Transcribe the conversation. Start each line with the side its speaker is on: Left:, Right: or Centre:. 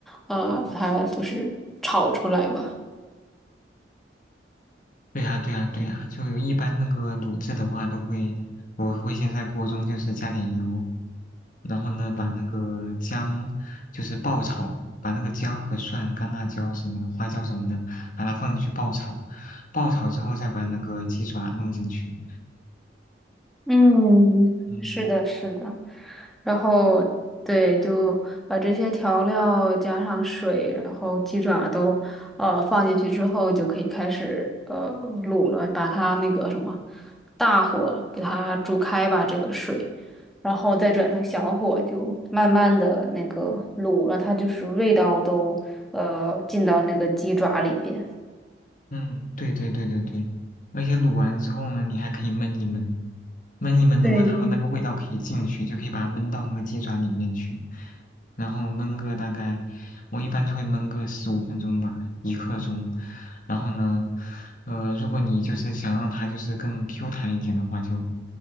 Centre: 呃把它就是炒出来吧。
Left: 对呀，对呀，对呀，就一般那个卤制的话，都会，我会先在锅中就是加点油，然后呢，把那个姜就是爆炒，把那个姜和蒜、干辣椒什么的、花椒什么的，把它放进去爆炒，爆炒之后再把那个鸡爪弄进去，
Centre: 嗯，
Left: 嗯。
Centre: 是的，是的，然后对，就把这些调料加上水，然后鸡爪都呃放进去之后，就可以开始呃卤了，把它那个什么大火给它煮开吧，这个水，然后再转成小火，就慢慢的那个卤，让它就是味道都呃进到那个鸡爪里边。
Left: 嗯，对对对对对，而且卤完之后呢，你还可以焖一焖，焖一焖的话，
Centre: 对对，
Left: 它会那个味道可以进去，就可以把它焖到那个鸡爪里面去，然后焖个大概，我一般就会焖个十五分钟吧，一刻钟。然后呢，呃，如果你就是想让它就是更 Q 弹一点的话就，